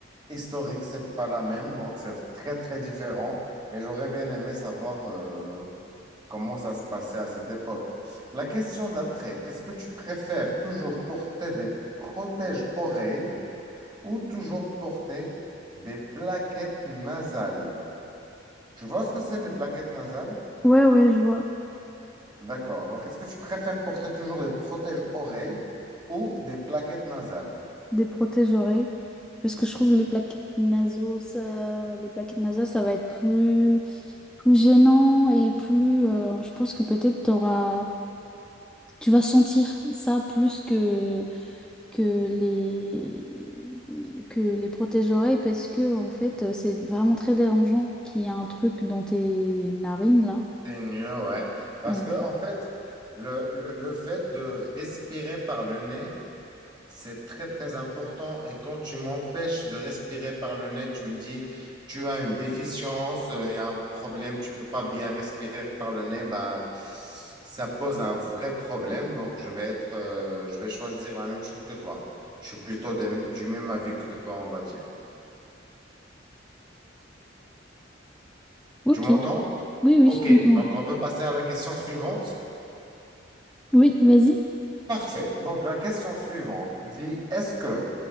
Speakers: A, on the right (about 25°); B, in the centre.
A: historique, c'est pas la même, donc c'est très, très différent. Et j'aurais bien aimé savoir, euh, comment ça se passait à cette époque. La question d'après, est-ce que tu préfères toujours porter des protèges-oreilles ou toujours porter des plaquettes nasales? Tu vois ce que c'est les plaquettes nasales?
B: Ouais, ouais, je vois.
A: D'accord. Donc, est-ce que tu préfères porter toujours des protèges-oreilles ou des plaquettes nasales?
B: Des protège-oreilles. Parce que je trouve les plaquettes nasaux, ça... les plaquettes nasales, ça va être plus. plus gênant et plus euh, je pense que peut-être t'auras tu vas sentir ça plus que que les que les protège-oreilles parce que en fait euh, c'est vraiment très dérangeant qu'il y a un truc dans tes narines là.
A: C'est mieux, ouais. Parce
B: Ouais.
A: que, en fait, le, le, le fait de respirer par le nez, c'est très, très important. Et quand tu m'empêches de respirer par le nez, tu me dis, tu as une déficience, euh, il y a un problème, tu peux pas bien respirer par le nez, bah, ça pose un vrai problème. Donc, je vais être, euh, je vais choisir la même chose que toi. Je suis plutôt de- du même avis que toi, on va dire.
B: Ok,
A: Tu m'entends?
B: oui, oui,
A: OK.
B: je t'entends.
A: Oui. Donc, on peut passer à la question suivante.
B: Oui, vas-y.
A: Parfait. Donc, la question suivante dit, est-ce que